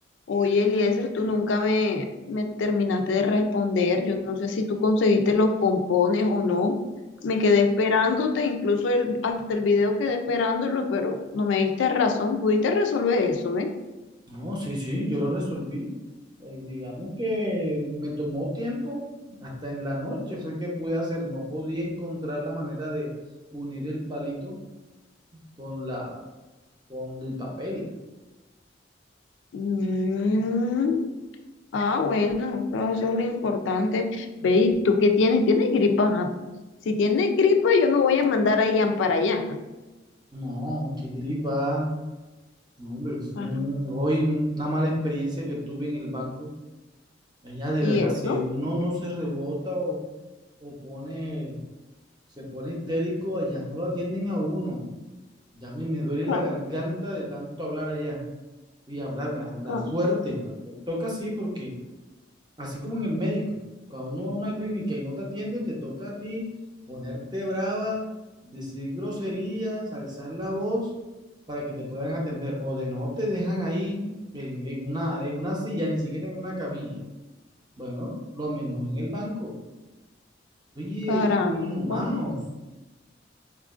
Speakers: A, on the left; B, on the right.
A: Oye, Eliezer, tú nunca me, me terminaste de responder. Yo no sé si tú conseguiste los pompones o no. Me quedé esperándote, incluso el, hasta el video quedé esperándolo, pero no me diste razón. Pudiste resolver eso, ¿ve?
B: No, sí, sí, yo lo resolví. Eh, digamos que me tomó tiempo, hasta en la noche fue que pude hacer, no podía encontrar la manera de unir el palito con la, con el papel.
A: Mm, ah, bueno, eso, eso es lo importante. Ve, ¿y tú qué tienes? ¿Tienes gripa? Ajá. Si tienes gripa, yo no voy a mandar a Ian para allá.
B: No, qué gripa. No, hombre, fue
A: Ajá.
B: un- hoy un- una mala experiencia que tuve en el banco. Allá de
A: ¿Y
B: verdad,
A: eso?
B: si uno no se rebota o, o pone, se pone histérico, allá no lo atienden a uno. Ya me, me duele
A: Ca-
B: la garganta de tanto hablar allá. y hablarme, hablar
A: ca-
B: fuerte. Toca así porque, así como en el médico, cuando uno va a una clínica y no te atienden, te toca a ti ponerte brava, decir groserías, alzar la voz para que te puedan atender. O de no te dejan ahí en, en una, en una silla, ni siquiera en una camilla. Bueno, lo mismo es en el banco. Oye,
A: Caramba.
B: son humanos.